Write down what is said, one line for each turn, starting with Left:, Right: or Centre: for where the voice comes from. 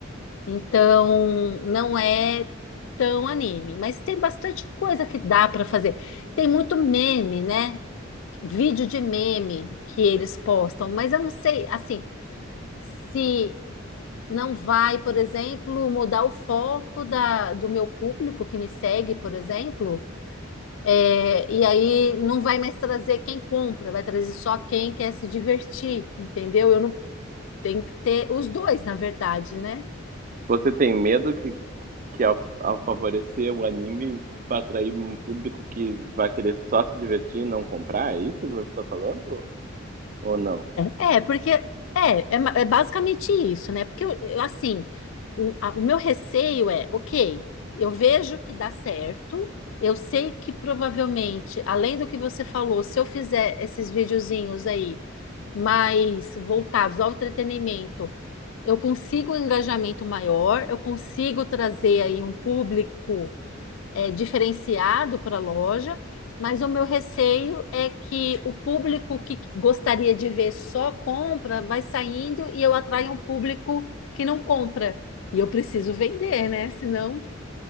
Left: Então, não é tão anime, mas tem bastante coisa que dá para fazer. Tem muito meme, né? Vídeo de meme que eles postam, mas eu não sei, assim. Se não vai, por exemplo, mudar o foco da, do meu público que me segue, por exemplo, é, e aí não vai mais trazer quem compra, vai trazer só quem quer se divertir, entendeu? Eu não tenho que ter os dois, na verdade, né?
Right: Você tem medo que, que ao, ao favorecer o anime vai atrair um público que vai querer só se divertir e não comprar? É isso que você está falando? Ou não?
Left: É, é, porque é, é, ma- é basicamente isso, né? Porque eu- eu, assim, o, a- o meu receio é, ok, eu vejo que dá certo, eu sei que provavelmente, além do que você falou, se eu fizer esses videozinhos aí mais voltados ao entretenimento, eu consigo um engajamento maior, eu consigo trazer aí um público é, diferenciado para a loja, mas o meu receio é que o público que gostaria de ver só compra vai saindo e eu atraio um público que não compra. E eu preciso vender, né? Senão